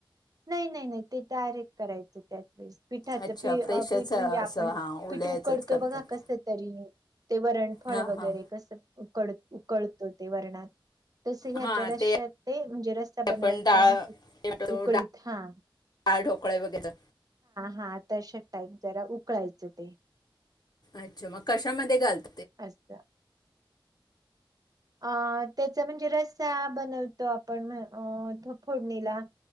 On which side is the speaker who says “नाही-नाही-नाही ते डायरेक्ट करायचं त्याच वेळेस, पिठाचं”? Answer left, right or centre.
Right